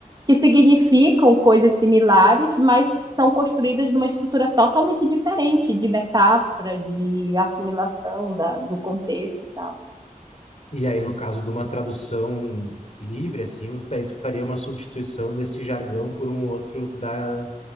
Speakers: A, on the right; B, on the left.
A: que significam coisas similares, mas são construídas numa estrutura totalmente diferente de metáfora, de assimilação da- do contexto e tal.
B: E aí, no caso de uma tradução livre, assim, tu- aí tu faria uma substituição desse jargão por um outro da,